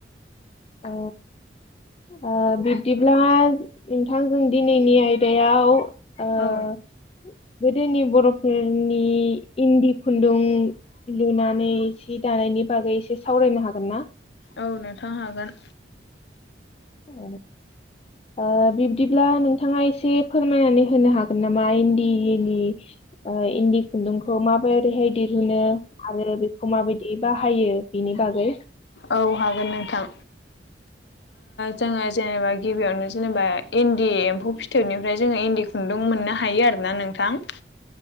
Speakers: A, on the left (about 35°); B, on the left (about 70°).
A: अ ओ बिब्दिब्ला नोंथांजों दिनैनि आयदायाव ओ
B: औ
A: गोदोनि बर'फोरनि इन्दि खुन्दुं लुनानै सि दानायनि बागै एसे सावरायनो हागोन ना
B: औ नोंथां हागोन
A: औ ओ बिब्दिब्ला नोंथाङा एसे फोरमायनानै होनो हागोन नामा इन्दिनि ओ इन्दि खुन्दुंखौ माबोरैहाय दिहुनो आरो बेखौ माबायदि बाहायो बिनि बागै
B: औ हागोन नोंथां जोङो जेनेबा गिबियावनो जेनेबा इन्दि एम्फौ फिथोबनिफ्राय जोङो इन्दि खुन्दुं मोननो हायो आरोना नोंथां